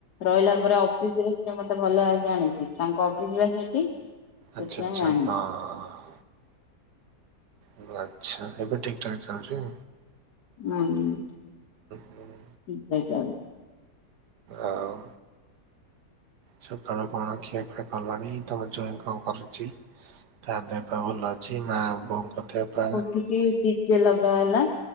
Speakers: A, on the left; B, on the right.
A: ରହିଲା ପରେ ଅଫିସ ରେ ସିଏ ମତେ ଭଲ ଆଗେ ଆଣିଛି ତାଙ୍କ ଅଫିସ ପା ସେଠି। ସେଥିପାଇଁ
B: ଆଛା ଆଚ୍ଛା
A: ଜାଣିଚି।
B: ହଁ-ଅ-ଅ-ଅ। ଓହୋ ଆଚ୍ଛା ଏବେ ଠିକ୍ ଠାକ୍ ଚାଲୁଚି?
A: ହୁଁ ଠିକ୍
B: ହୁଁ
A: ଠାକ୍ ଚାଲ
B: ଆଉ-ଉ-ଉ ସକାଳୁ କଣ ଖିଆ ପିଆ କଲଣି, ତମ ଜୂଇ କଣ କରୁଛି? ତା ଦେହପା ଭଲ ଅଛି ମା ବୋଉଙ୍କ ଦେହପା?
A: ଠିକି ଡି ଜେ ଲଗା ଗଲା